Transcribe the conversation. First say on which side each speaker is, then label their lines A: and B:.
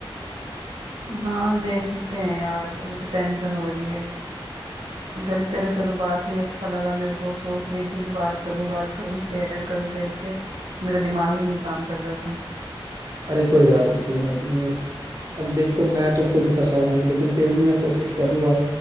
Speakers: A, on the right; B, on the right.
A: हाँ देख सकते हैं यार अभी तो टेंशन हो रही है और चल तेरे से तो बात हुई अच्छा लगा मेरे को सोच रही थी कि बात करूं बात करूं शेयर करूं तेरे से मेरा दिमाग ही नहीं काम कर रहा था
B: अरे कोई बात नहीं कोई बात नहीं अब देखो मैं तो खुद फंसा हुआ हूँ लेकिन फिर भी मैं कोशिश करूंगा